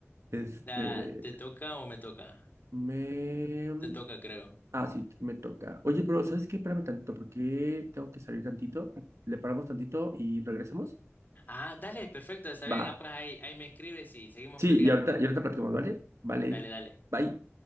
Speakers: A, on the right (about 75°); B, on the left (about 40°).
A: Este,
B: Da, ¿te toca o me toca?
A: me... mm,
B: Te toca, creo.
A: Ah, sí, me toca. Oye, pero ¿sabes qué? Espérame tantito, porque tengo que salir tantito. Le paramos tantito y regresamos.
B: Ah, dale, perfecto, está bien.
A: Va.
B: Ah, pues ahí, ahí me escribes y seguimos
A: Sí,
B: platicando.
A: y ahorita, y ahorita platicamos, ¿vale? Vale.
B: Dale, dale.
A: Bye.